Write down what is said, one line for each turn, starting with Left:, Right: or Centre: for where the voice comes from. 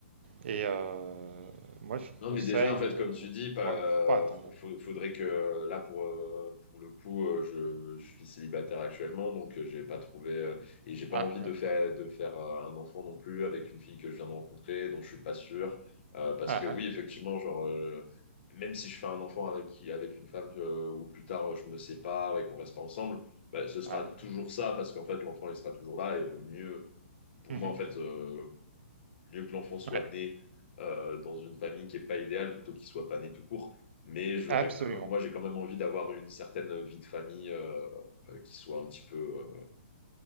Right: Et
Left: Mm.
Right: euh, moi, je
Left: Non,
Right: conseille,
Left: mais déjà, en fait,
Right: euh,
Left: comme tu dis, pas,
Right: ouais, faut pas attendre.
Left: faut- faudrait que là, pour, euh, pour le coup, euh, je, je suis célibataire actuellement, donc euh, j'ai pas trouvé euh, et j'ai pas
Right: Ah,
Left: envie
Right: ouais.
Left: de faire, de faire euh, un enfant non plus avec une fille que je viens de rencontrer, dont je suis pas sûr. Euh, parce
Right: Ah,
Left: que oui,
Right: ah.
Left: effectivement, genre, euh, même si je fais un enfant avec qui, avec une femme euh, ou plus tard euh, je me sépare et qu'on reste pas ensemble, bah, ce sera
Right: Ah oui.
Left: toujours ça parce qu'en fait, l'enfant il sera toujours là et vaut mieux. Pour
Right: Mhm.
Left: moi, en fait, euh, mieux que l'enfant soit
Right: Ouais,
Left: né euh, dans une famille qui n'est pas idéale plutôt qu'il soit pas né tout court. Mais j'aurais,
Right: absolument.
Left: moi, j'ai quand même envie d'avoir une certaine vie de famille euh, euh, qui soit un petit peu, euh,